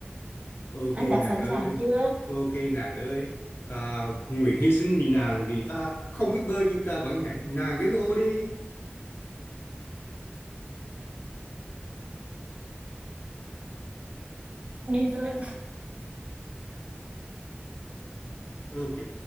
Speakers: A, on the left; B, on the right.
A: ok
B: Anh đã
A: nàng
B: sẵn
A: ơi
B: sàng chưa?
A: ok nàng ơi ta nguyện hy sinh vì nàng vì ta không biết bơi nhưng ta vẫn nhảy nàng cứ ô đi
B: Đi thôi anh.
A: Ok,